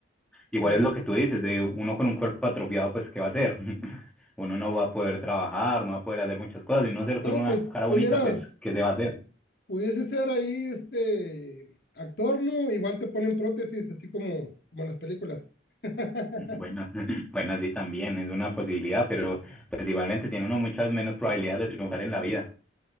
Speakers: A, in the centre; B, on the left.
A: Igual
B: A ver,
A: es lo que tú dices, de uno con un cuerpo atrofiado, pues, ¿qué va a hacer? <laughs> Uno no va a poder trabajar, no va a poder hacer muchas cosas, y uno ser
B: no,
A: solo una
B: pues
A: cara
B: pudieras
A: bonita, pues, ¿qué se va a hacer?
B: Pudiese ser ahí este actor, ¿no? Igual te ponen prótesis, así como, como en las películas. <laughs>
A: <laughs> Bueno, <laughs> bueno, sí, también es una posibilidad, pero pues igualmente tiene uno muchas menos probabilidades de triunfar en la vida.